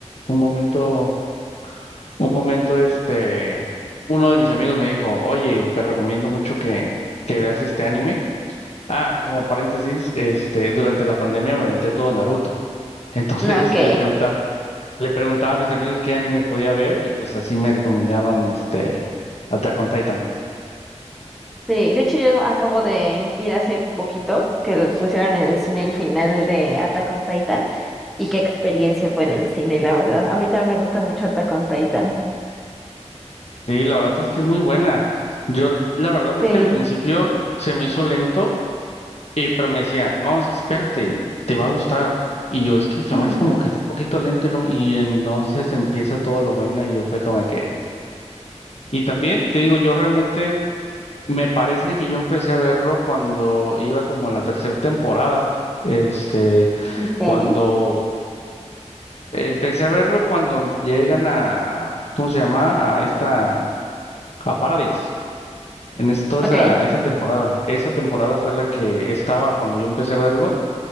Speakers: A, on the left; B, in the centre.
A: un momento, un momento, este, uno de mis amigos me dijo, oye, te recomiendo mucho que, que veas este anime. Ah, como paréntesis, este, durante la pandemia me aventé todo Naruto. <laughs> Entonces
B: Ok.
A: le preguntaba, le preguntaba a mis amigos qué anime podía ver y pues así me recomendaron este Attack on Titan.
B: Sí, de hecho yo acabo de ir hace poquito que le pusieron en el cine el final de Attack on Titan y qué experiencia fue en el cine, la verdad. A mí también me gusta mucho Attack on Titan.
A: Sí, la verdad es que es muy buena. Yo, la verdad es
B: Sí.
A: que al principio se me hizo lento, y pero me decía, no, es que espérate, te va a gustar. Y yo, es que se
B: <laughs>
A: me hace como que está un poquito lento y, no- y entonces empieza todo lo bueno y yo fue como de que... Y también te digo, yo realmente me parece que yo empecé a verlo cuando iba como en la tercera temporada, este,
B: Ok.
A: cuando empecé a verlo cuando llegan a, ¿cómo se llama? A esta, a Paradis. en es- toda esa,
B: Ok.
A: esa temporada. Esa temporada fue la que estaba cuando yo empecé a verlo